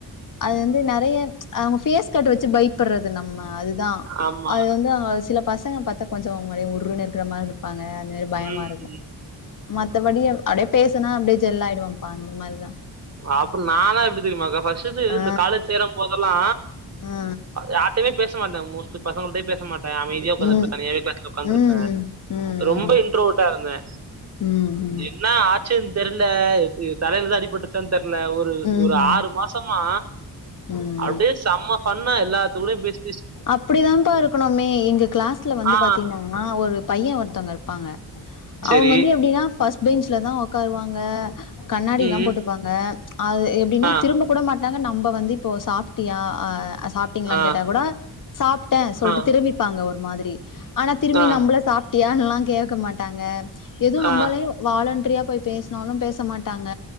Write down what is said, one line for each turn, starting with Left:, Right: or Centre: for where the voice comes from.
Left: அது வந்து நெறைய அவுங்க ஃபேஸ் கட் வச்சு பைப்படுறது நம்ம அதுதா
Right: ஆமா.
Left: அது வந்து அவுங்கள சில பசங்க பாத்தா கொஞ்ச அப்டியே உருனு இருக்கிற மாரி இருக் ப்பாங்க அந்த மாரி பயமா
Right: ம்.
Left: இருக்கு மத் மத்தபடிய அப்டியே பேசுன அப்டியே ஜெல் ஆயிடுவான்ப்பா அந்த மாரிதா
Right: அப்றோ நாலா எப்டி தெரியுமாக்கா ஃபர்ஸ்ட் இது
Left: ஆ
Right: இந்த கால்லேஜ் சேரு போதெல்லா
Left: ஆ
Right: யார்டையுமே பேச மாட்டே மோஸ்ட் பசங்கள் டையே பேச மாட் டா அமைதியா உக்காந்து
Left: ம்
Right: இருப்ப தனியாவே கிளாஸ்ல உக்காந்து
Left: ம் ம்
Right: இருப்பே
Left: ம்
Right: ரொம்ப இன் ட்ரோவேர்ட் இருந்தே
Left: ம்
Right: என்னா ஆச்சின் தெர்ல <inaudible> தலையில தா அடிப்பட்டு ச்சன் தெர்ல ஒரு
Left: ம்
Right: ஒரு ஆறு மாசமா
Left: ம்
Right: அப்டே செம்ம ஃபன்னா எல்லாத்து கூடய பேச்
Left: அப்டிதா பா இருக்கணுமே எங்க கிளாஸ்ல வந்து
Right: ஆ.
Left: பாத்தீங்னா அ ஒரு பைய ஒருத்தவங்க இருப்பாங்க
Right: சரி.
Left: அவுங்க வந்து எப்டினா ஃபஸ் பீன்ஸ்ல தா ஒக்காருவாங்க கண்ணாடி
Right: ம்.
Left: லா போட்டுப்பாங்க அது எப்டின்னா
Right: ஆ,
Left: திரும்ப கூட மாட் டாங்க நம்ம வந்து இப்போ சாப்டியா அ சாப்டீங்களா
Right: ஆ,
Left: கேட்டா கூட சாப்டே சொல்டு
Right: ஆ,
Left: திரு ம்பிப்பாங்க ஒரு மாதிரி ஆனா திரும்பி
Right: ஆ,
Left: நம்மள சாப்டியான்னு லாம் கேக்க மாட்டாங்க எது நம்பாலையே
Right: ஆ,
Left: வாலண்டிரியா போய் பேசுனாலு பேச மாட்டாங்க